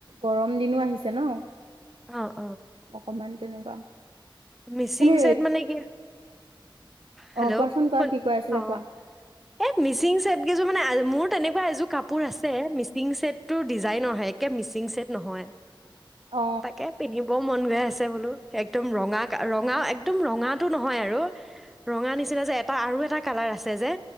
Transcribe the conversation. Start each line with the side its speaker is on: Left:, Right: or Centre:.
Right: গৰম দিনো আহিছে ন।
Centre: অহ।
Right: অকমান তেনেকুৱা।
Centre: মিচিং
Right: এনে
Centre: চেইড মানে কি? হেল্ল'
Right: অ কোৱাচোন কোৱা
Centre: শুন
Right: কি কৈ আছিলা
Centre: অ
Right: কোৱা
Centre: এই মিচিং চেট কেইযোৰ মানে মোৰ তেনেকুৱা এযোৰ কাপোৰ আছে মি তিং চেট টো ডিজাইনৰ হে একে মিচিং ছেট নহয়।
Right: অ
Centre: তাকে পিন্ধিবও মন গৈ আছে। বোলো একদম ৰঙা ৰঙা একদম ৰঙাটো নহয় আৰু ৰঙা নিচিনা যে এটা আৰু এটা কালাৰ আছে যে।